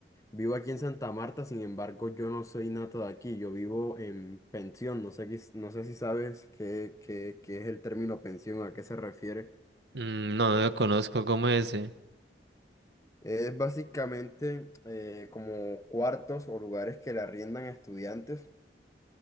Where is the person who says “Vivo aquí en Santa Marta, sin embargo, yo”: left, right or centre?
Left